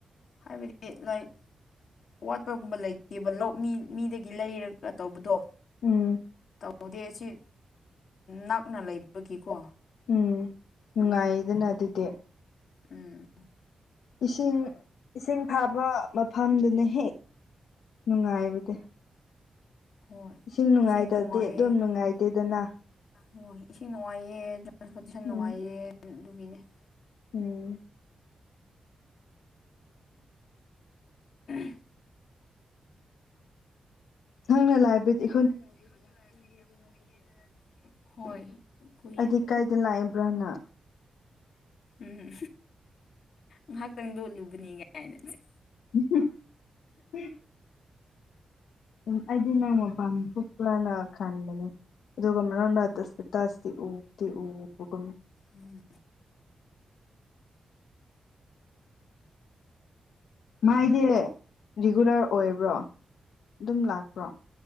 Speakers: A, on the left; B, on the left.
A: ꯍꯥꯏꯕꯗꯤ ꯂꯥꯏ ꯋꯥꯠꯄꯒꯨꯝꯕ ꯂꯩꯇꯦꯕ ꯂꯧ ꯃꯤ ꯃꯤꯗꯒꯤ ꯂꯩꯔꯒ ꯇꯧꯕꯗꯣ
B: ꯎꯝ
A: ꯇꯧꯗꯦ ꯑꯁꯤ ꯅꯛꯅ ꯂꯩꯕꯒꯤꯀꯣ
B: ꯎꯝ
A: ꯇꯨꯔꯦꯟꯗꯣ
B: ꯅꯨꯡꯉꯥꯏꯌꯦꯗꯅ ꯑꯗꯨꯗꯤ
A: ꯎꯝ
B: ꯏꯁꯤꯡ ꯏꯁꯤꯡ ꯐꯕ ꯃꯐꯝꯗꯨꯅ ꯍꯦꯛ ꯅꯨꯡꯉꯥꯏꯕ ꯇ
A: ꯍꯣꯏ
B: ꯏꯁꯤꯡ ꯅꯨꯡꯉꯥꯏꯇꯗꯤ
A: ꯅꯨꯡꯉꯥꯏꯌꯦ
B: ꯑꯗꯨꯝ ꯅꯨꯡꯉꯥꯏꯇꯦꯗꯅ
A: ꯍꯣꯏ ꯏꯁꯤꯡ ꯅꯨꯡꯉꯥꯏꯌꯦ ꯇ꯭ꯔꯥꯟꯁꯄꯣꯔꯇꯦꯁꯟ ꯅꯨꯡꯉꯥꯏꯌꯦ
B: ꯎꯝ
A: ꯑꯗꯨꯒꯤꯅꯦ <inaudible>
B: ꯎꯝ
A: <unintelligible>
B: ꯅꯪꯅ ꯂꯩꯕꯗꯤ
A: ꯂꯩꯕꯗꯤ ꯏꯈꯨꯟꯗ ꯂꯩꯕꯒꯤ ꯌꯥꯝ ꯀꯨꯏꯌꯦꯗꯅ ꯑꯗꯨꯗꯤ ꯍꯣꯏ ꯀꯨꯏꯌꯦ
B: ꯑꯗꯤ ꯀꯥꯏꯗ ꯂꯩꯕ꯭ꯔꯥ ꯅꯪ
A: ꯎꯝ ꯉꯍꯥꯛꯇꯪ ꯂꯣꯠꯂꯨꯕꯅꯤ ꯒꯥꯏꯅ
B: <unintelligible> ꯎꯝ ꯑꯩꯗꯤ ꯅꯪ ꯃꯄꯥꯟ ꯊꯣꯛꯄ꯭ꯔꯅ ꯈꯟꯕꯅꯦ ꯑꯗꯨꯒ ꯃꯔꯛ ꯃꯔꯛꯇ ꯏꯁꯇꯦꯇꯁꯇꯤ ꯎꯗꯤ ꯎꯕ ꯀꯣ
A: ꯎꯝ
B: ꯃꯥꯏꯗꯤ ꯔꯤꯒꯨꯂꯔ ꯑꯣꯏꯕ꯭ꯔꯣ ꯑꯗꯨꯝ ꯂꯥꯛꯄ꯭ꯔꯣ